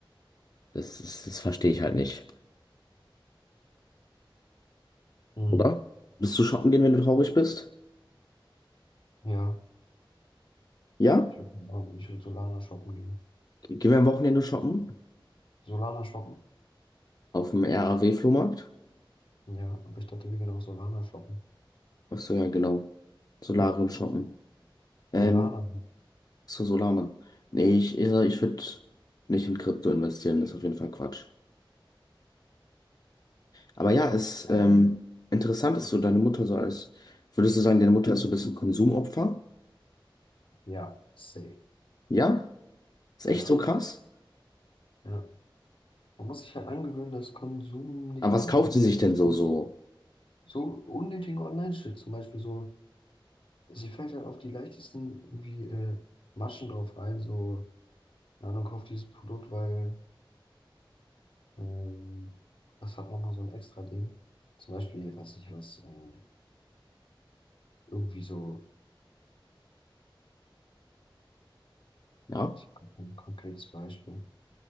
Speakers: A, on the left (about 45°); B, on the left (about 75°).
A: Das ist, das verstehe ich halt nicht.
B: Mhm.
A: Oder? Willst du shoppen gehen, wenn du traurig bist?
B: ja.
A: Ja?
B: ich würde ich würd Solana shoppen gehen.
A: Ge- Gehen wir am Wochenende shoppen?
B: Solana shoppen?
A: Auf dem RAW-Flohmarkt?
B: Ja, aber ich dachte, wir gehen auch Solana shoppen.
A: Ach so, ja, genau. Solarium shoppen. Ähm,
B: Solana.
A: Zu Solana. Nee, ich, ich, ich würde nicht in Krypto investieren, das ist auf jeden Fall Quatsch. Aber ja, es
B: Oh.
A: ist ähm, interessant, dass du deine Mutter so als, würdest du sagen, deine Mutter ist so ein bisschen Konsumopfer?
B: Ja, safe.
A: Ja? Ist echt
B: Ja,
A: so krass?
B: ja. Man muss sich halt angewöhnen, dass Konsum nicht
A: Aber was
B: gut
A: kauft
B: ist.
A: sie sich denn so, so,
B: So unnötigen Online-Shit zum Beispiel so, sie fällt halt auf die leichtesten irgendwie äh, Maschen drauf rein, so, keine Ahnung, kauft dieses Produkt, weil ähm, das hat nochmal so ein extra Ding. Zum Beispiel, was ich was, äh, irgendwie so,
A: ja?
B: ich habe kein konkretes Beispiel,